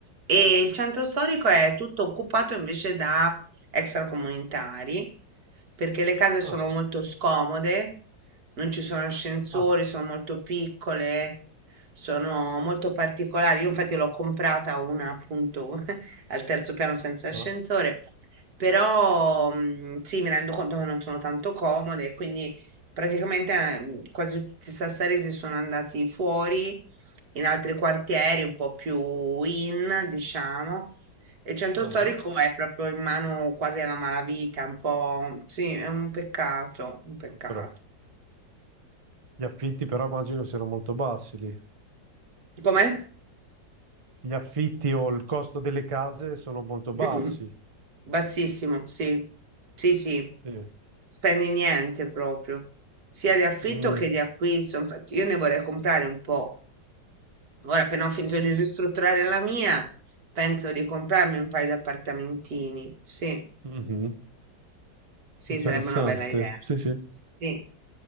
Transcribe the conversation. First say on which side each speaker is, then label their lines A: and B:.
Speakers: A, on the right; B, on the right.
A: e il centro storico è tutto occupato invece da extracomunitari perché le case sono
B: Ah,
A: molto scomode, non ci sono ascensori,
B: ah,
A: sono molto piccole, sono molto particolari. Io infatti l'ho comprata una appunto <laughs> al terzo piano senza ascensore
B: ah,
A: però mm, sì, mi rendo conto che non sono tanto comode, quindi praticamente eh, mm, quasi tutti i sassaresi sono andati fuori in altri quartieri, un po' più in, diciamo. E il centro
B: ah,
A: storico
B: ah.
A: è proprio in mano quasi alla malavita, un po', sì, è un peccato, un peccato.
B: Però, gli affitti però immagino siano molto bassi lì.
A: Com'è?
B: Gli affitti o il costo delle case sono molto bassi.
A: Mm. Bassissimo, sì, sì, sì,
B: Sì.
A: spendi niente proprio, sia di affitto
B: Mm.
A: che di acquisto. Infatti, io ne vorrei comprare un po'. Ora, appena ho finito di ristrutturare la mia, penso di comprarmi un paio di appartamentini. Sì,
B: Mhm.
A: sì,
B: Interessante,
A: sarebbe una bella idea.
B: sì, sì,
A: Sì,